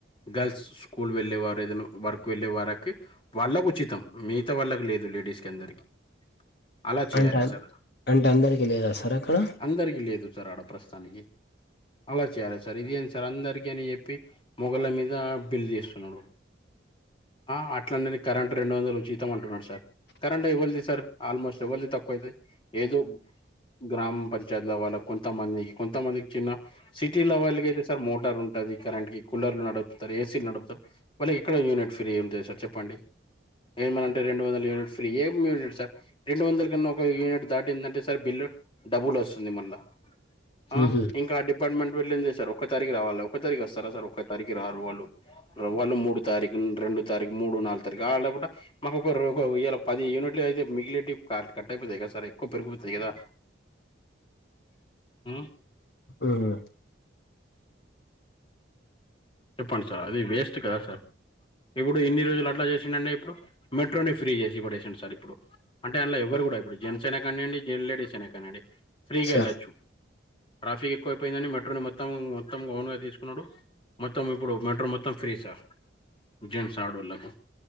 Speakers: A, on the left; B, on the left.
A: గర్ల్స్ స్కూల్ వెళ్ళేవారు ఏదైనా వర్క్ వెళ్ళే వారికి. వాళ్ళకు ఉచితం మిగతా వాళ్ళకు లేదు లేడీస్ కి అందరికి. అలా చేయాలి
B: అంటే అన్-
A: సార్
B: అంటే అందరికి లేదా సార్ అక్కడ
A: అందరికి లేదు సార్ ఆడ ప్రస్ తానికి అలా చేయాలి సార్ ఇదెంది సార్ అందరికి అని చెప్పి మొగోళ్ల మీద బిల్ తీస్తున్నాడు ఆ అట్లా నేను కరెంటు రెండు వందలు ఉచీతం అంటున్నాడు సార్ కరెంటు ఎవ్వల్ తీస్ సార్ ఆల్మోస్ట్ ఎవల్ది తక్కువది ఏదో గ్రామ పంచాయతీ లెవల్ కొంతమందికి కొంతమందికి చిన్న సిటీ లెవెల్కి అయితే సార్ మోటార్ ఉంట అది కరెంట్ కి కూలర్లు నడుపుతారు ఏసీలు నడుపుతారు వాళ్ళకి ఇక్కడ యూనిట్ ఫ్రీ అంతే సార్ చెప్పండి ఏమన్నంటే రెండు వందల యూనిట్ ఫ్రీ ఎం రెండు వందల కన్నా ఒక యూనిట్ దాటిందంటే సార్ బిల్ డబుల్ వస్తుంది మళ్ళా ఆ
B: ఊహూ
A: ఇంకా డిబ్ పార్ట్మెంటోళ్లెంచేస్తారు ఒక తారీకే రావాలి ఒక తారీకస్తారా సార్ ఒక్క తారీకి రారు వాళ్ళు వాళ్ళు మూడు తారీఖు రెండు తారీఖు మూడు నాలుగు తారీఖు లేకుండా మాకు ఒక ఇయాల్ పది యూనిట్ తే మిగిలిటి కార్ కట్టపోతాయ్కదా సార్ ఇక్కువ బారువనిపిత్తది కదా మ్
B: ఊహూ
A: చెప్పండి సార్ అది వేస్ట్ కదా సార్ ఇప్పుడు ఇన్ని రోజులు అట్లా చేసిండడు అన్నే ఇప్పుడు మెట్రోనే ఫ్రీ చేసి పడేసిండు సార్ ఇప్పుడు అంటే అంలో ఎవ్వరు ఇప్పుడు జెంట్స్ అయినా కానివయండి లేడీస్ అయినా కానిండి ఫ్రీగా
B: సార్
A: వెళ్ళొచ్చు ట్రాఫిక్ ఎక్కువైపోయిందని మెట్రోని మొత్తం మొత్తం ఓన్గా తీసుకున్నాడు మొత్తం ఇప్పుడు మెట్రో మొత్తం ఫ్రీ సార్ జెంట్స్ ఆడోళ్ళకు